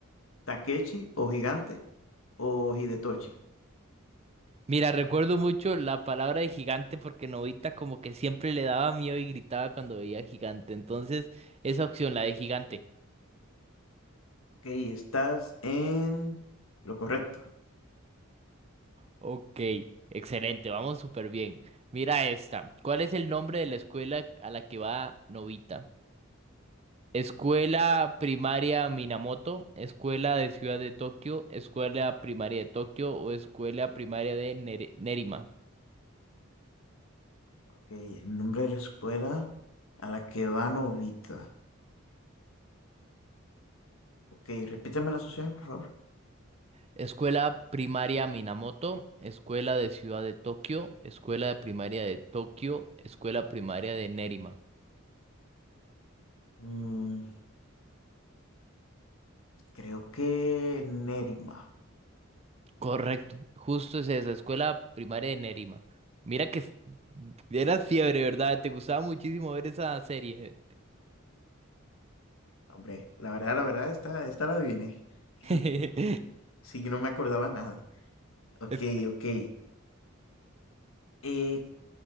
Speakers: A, on the left; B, on the right.
A: Takechi o Gigante o Hidetoshi?
B: Mira, recuerdo mucho la palabra de gigante porque Novita como que siempre le daba miedo y gritaba cuando veía gigante. Entonces, esa opción, la de gigante.
A: Ok, estás en lo correcto.
B: Ok, excelente, vamos súper bien. Mira esta. ¿Cuál es el nombre de la escuela a la que va Novita? Escuela Primaria Minamoto, Escuela de Ciudad de Tokio, Escuela Primaria de Tokio o Escuela Primaria de Nere- Nerima.
A: Okey, nombre de la escuela a la que va Novita. Okey, repíteme las opciones, por favor.
B: Escuela Primaria Minamoto, Escuela de Ciudad de Tokio, Escuela de Primaria de Tokio, Escuela Primaria de Nerima.
A: Mm, creo que Nerima.
B: Correcto, justo es esa, Escuela Primaria de Nerima. Mira que es- era fiebre, ¿verdad? Te gustaba muchísimo ver esa serie.
A: Hombre, la verdad, la verdad, esta esta la adiviné. <laughs>
B: <laughs>
A: Sí, yo no me acordaba nada. Okey,
B: Es-
A: okey. Eh,